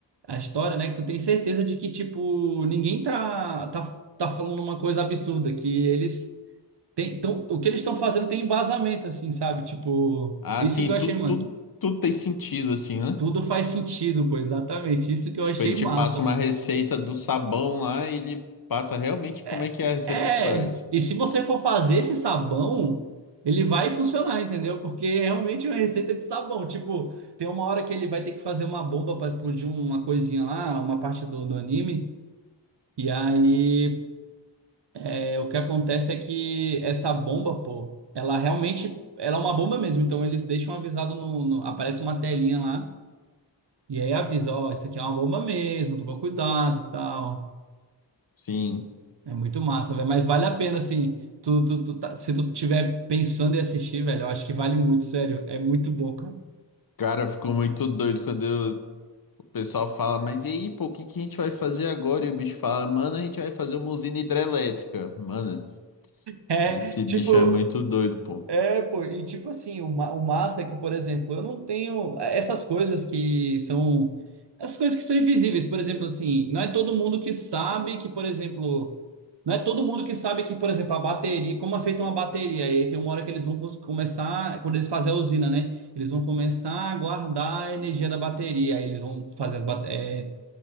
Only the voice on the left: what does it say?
Ah,
sim,
tudo,
tudo, tudo tem sentido, assim, né?
Tipo,
ele
te passa
uma receita do sabão lá e ele passa realmente
como é que é a receita
que tu faz.
Sim,
cara, eu fico muito doido quando eu- o pessoal fala, mas e aí, pô, o que que a gente vai fazer agora? E o bicho fala, mano, a gente vai fazer uma usina hidrelétrica. Mano,
esse
bicho é muito doido, pô.